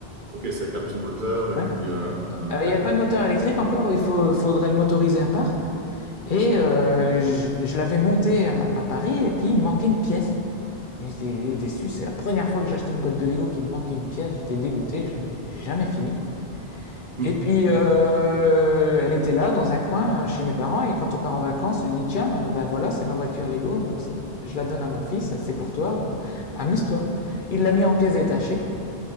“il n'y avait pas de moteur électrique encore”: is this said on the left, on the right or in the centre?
Left